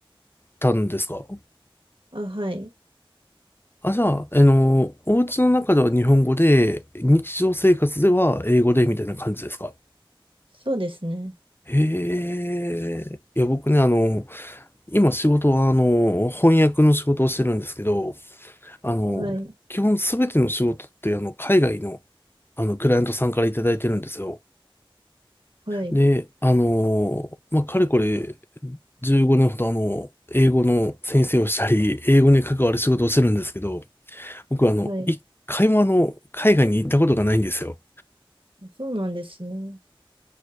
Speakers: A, on the left; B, on the right.
A: たんですか
B: あ、はい。
A: あ、じゃあ、あの、お家の中では日本語で、日常生活では英語でみたいな感じですか
B: そうですね。
A: へえ。いや、僕ね、あの、今仕事は、あの、翻訳の仕事をしてるんですけど、あの、
B: はい、
A: 基本すべての仕事って、あの、海外の、あの、クライアントさんからいただいてるんですよ。
B: はい、
A: で、あの、まあ、かれこれ15年ほど、あの、英語の先生をしたり、英語に関わる仕事をしてるんですけど、僕は、あの、
B: はい。
A: 一回も、あの、海外に行ったことがないんですよ。
B: そうなんですね。